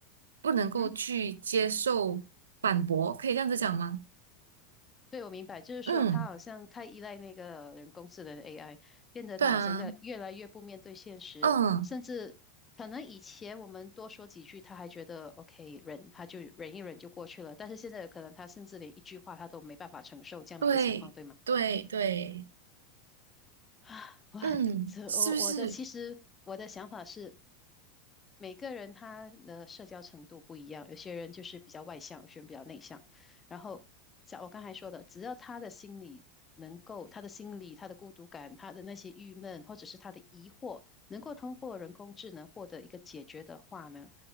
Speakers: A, on the right; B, on the left.
A: 不能够去接受反驳，
B: 嗯哼。
A: 可以这样子讲吗？
B: 对，我明白，就是说他好像太依赖那个人工智能
A: 嗯，
B: AI，变得他好像在越来越不面对现实，
A: 对啊，嗯，
B: 甚至可能以前我们多说几句，他还觉得 OK 忍，他就忍一忍就过去了，但是现在有可能他甚至连一句话他都没办法承受这样的一个情况，
A: 对对对，
B: 对吗？<sighs> 啊，我这我我的其实我的想法是，
A: 嗯，是不是？
B: 每个人他的社交程度不一样，有些人就是比较外向，有些人比较内向。然后像我刚才说的，只要他的心理能够，他的心理、他的孤独感、他的那些郁闷或者是他的疑惑，能够通过人工智能获得一个解决的话呢，